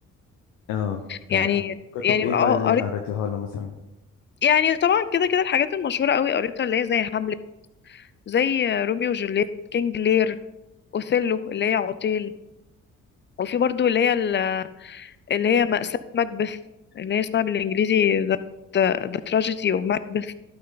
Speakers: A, on the left (about 85°); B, on the left (about 35°).
A: اه ده
B: يعني
A: كان كتب
B: يعني
A: إيه
B: اه
A: بقى اللي
B: قريت
A: قريتيها له مثلا؟
B: يعني طبعا كده كده الحاجات المشهورة قوي قريتها اللي هي زي هاملت زي روميو وجولييت كينج لير اوثيلو اللي هي عطيل وفي برضو اللي هي ال- اللي هي مأساة مكبث اللي هي اسمها بالانجليزي The, The Tragedy of Macbeth